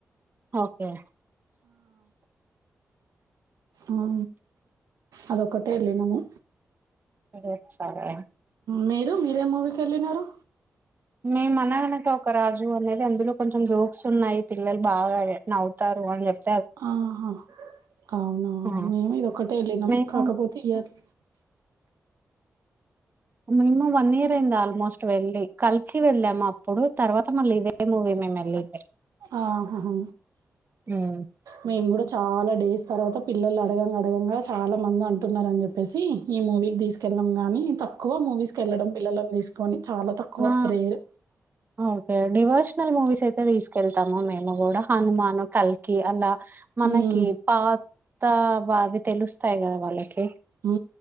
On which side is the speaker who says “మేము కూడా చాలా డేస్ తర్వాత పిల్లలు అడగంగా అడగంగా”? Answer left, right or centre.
Right